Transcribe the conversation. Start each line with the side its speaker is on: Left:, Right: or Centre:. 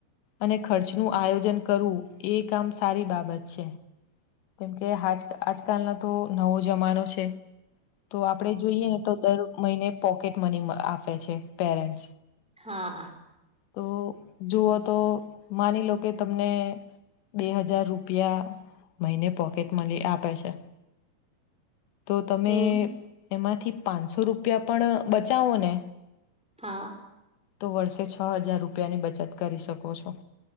Left: અને ખર્ચનું આયોજન કરવું એ કામ સારી બાબત છે કેમકેજ આજકાલનો તો નવો જમાનો છે તો આપડણે જોઈએ ને તો દર મહિને પોકેટ મની આપે છે પેરેન્ટ્સ
Centre: હા
Left: તો જુઓ તો માની લો કે તમને બે હજાર રૂપિયા મહિને પોકેટ મળ આપે છે, તો તમે
Centre: હમ
Left: એમાંથી પાંચસો રૂપિયા પણ બચાવો ને
Centre: હા,
Left: તો વર્ષે છ હજાર રૂપિયાની બચત કરી શકો છો,